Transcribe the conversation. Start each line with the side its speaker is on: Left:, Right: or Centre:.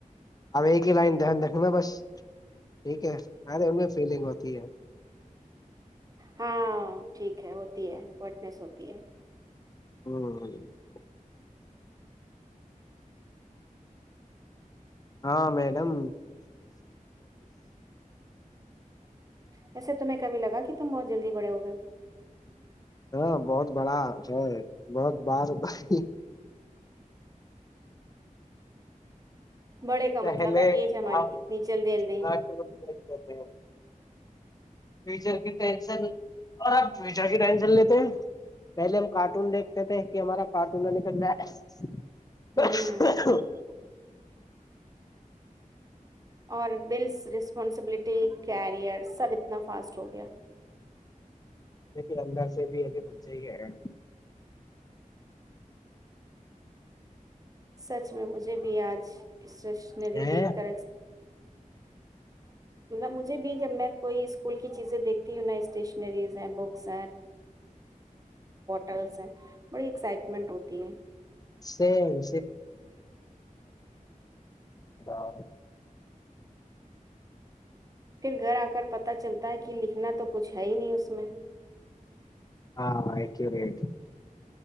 Left: اب صرف ایک لائن یاد رکھیں۔ ٹھیک ہے ان کے پاس فلنگ ہے۔
Right: ہاں، یہ ٹھیک ہے، ایسا ہوتا ہے، گرمی ہوتی ہے۔
Left: <unintelligible> ہاں میڈم
Right: آپ کو ایسا لگا جیسے آپ بہت تیزی سے بڑے ہو گئے ہیں۔
Left: ہمم یہ بہت بڑا ہے۔ پہلے
Right: بڑے کا مطلب ہے
Left: آپ
Right: ایج ہماری کتنی جلدی
Left: پہلے
Right: جلدی
Left: ہم اپنے کارٹون کے مستقبل کی فکر کرتے تھے۔ <unintelligible>
Right: ہوں اور پھر سب کچھ تیزی سے ہوا۔
Left: دیکھو وہ ابھی بھی اندر بچے ہیں۔
Right: دراصل آج میں بھی مجھے بھی
Left: ہے
Right: دیکھنا پسند ہے۔ اسکول کی چیزوں کو دیکھ رہے ہیں۔ بڑی ایکسائٹمنٹ ہوتی ہے
Left: سام <unintelligible> <unintelligible>
Right: پھر گھر آکر احساس ہوا کہ مجھے لکھنا ہے۔ اس میں کچھ نہیں ہے۔
Left: ہاں میں ٹھیک ہوں